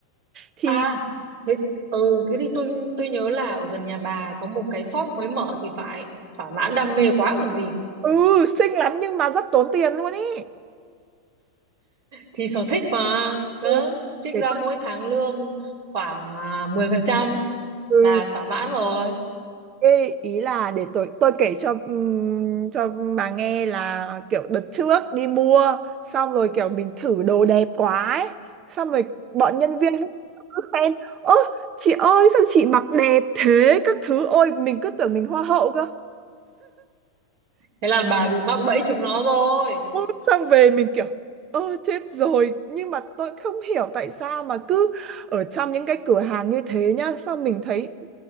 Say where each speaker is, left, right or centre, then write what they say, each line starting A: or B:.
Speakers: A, on the right; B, on the right.
A: thì
B: À, thế, ừ, thế thì tôi tôi nhớ là ở gần nhà bà có một cái shop mới mở thì phải thỏa mãn đam mê quá còn gì
A: ừ xinh lắm nhưng mà rất tốn tiền luôn ấy
B: thì sở thích mà đó,
A: ừ,
B: trích
A: để
B: ra
A: tôi
B: mỗi tháng lương khoảng à, 10%
A: ừ
B: là thỏa mãn rồi
A: Ê, ý là để tôi tôi kể cho ừm, cho bà nghe là kiểu đợt trước đi mua xong rồi kiểu mình thử đồ đẹp quá ấy. Xong rồi bọn nhân viên cứ khen ơ chị ơi sao chị mặc đẹp thế các thứ ôi mình cứ tưởng mình hoa hậu cơ
B: thế là bà bị mắc bẫy chúng nó rồi
A: Ôi, xong về mình kiểu ơ chết rồi nhưng mà tôi không hiểu tại sao mà cứ ở trong những cái cửa hàng như thế nhá xong mình thấy